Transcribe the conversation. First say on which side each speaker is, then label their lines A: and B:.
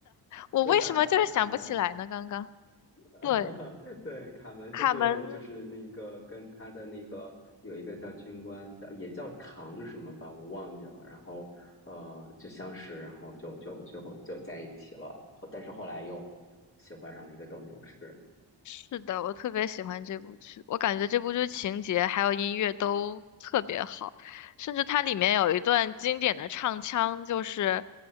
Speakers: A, on the left; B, on the left.
A: 我为什么就是想不起来呢？
B: 对吧？是卡门，
A: 刚刚
B: <laughs>
A: 对
B: 对，卡门就是就是那个跟他的那个有一个叫军官叫也叫唐什么吧，
A: 卡门。
B: 我忘记了。然后呃就相识，然后就就最后就在一起了。后但是后来又喜欢上了一个斗牛士。
A: 是的，我特别喜欢这部剧，我感觉这部剧情节还有音乐都特别好，甚至它里面有一段经典的唱腔，就是